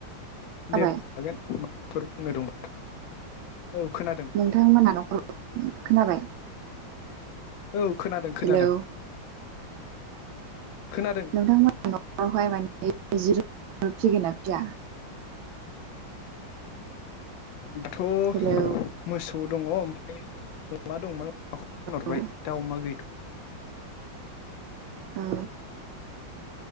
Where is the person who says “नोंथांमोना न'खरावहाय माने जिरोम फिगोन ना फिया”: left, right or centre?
Right